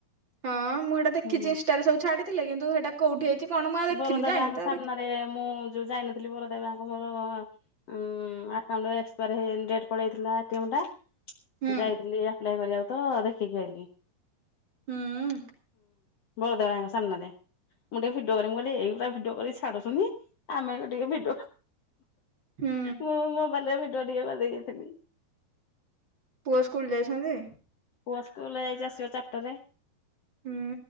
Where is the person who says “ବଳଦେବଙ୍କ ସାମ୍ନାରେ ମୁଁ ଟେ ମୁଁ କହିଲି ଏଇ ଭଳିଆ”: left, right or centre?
Left